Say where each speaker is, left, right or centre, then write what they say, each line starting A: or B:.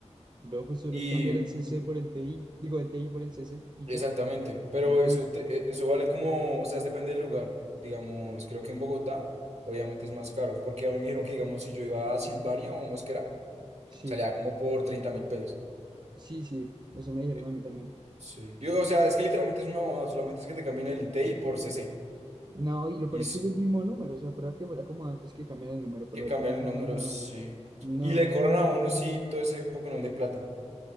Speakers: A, on the right (about 40°); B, on the right (about 65°).
A: bro, pues solo
B: Y
A: es cambiar el CC por el TI, digo, el TI por el CC y
B: Exactamente,
A: ya.
B: pero
A: Nah,
B: eso, te- e- eso vale como, o sea, depende del lugar. Digamos, creo que en Bogotá, obviamente es más caro, porque a mí me dijeron que, digamos, si yo iba a Silvania o a Mosquera,
A: sí,
B: salía como por treinta mil pesos.
A: sí, sí, eso me dijeron
B: Y-
A: a mí también.
B: Sí. Yo, o sea, es que literalmente es una bobada, solamente es que te cambien el T TI por C C
A: No, y lo peor
B: y s-
A: es que es el mismo número, o sea, fuera que fuera como antes que cambian el número, pero
B: que
A: ahorita
B: cambian
A: no cambian
B: el número,
A: nada.
B: sí.
A: No,
B: Y le cobran
A: paila.
B: a uno, sí, todo ese Pokémon de plata.